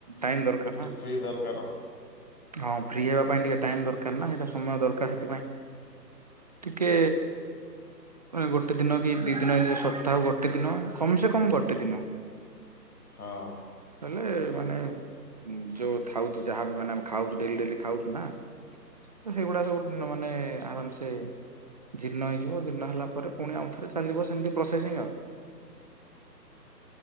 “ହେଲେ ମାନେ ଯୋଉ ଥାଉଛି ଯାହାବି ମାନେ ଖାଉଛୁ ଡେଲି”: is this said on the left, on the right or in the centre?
Right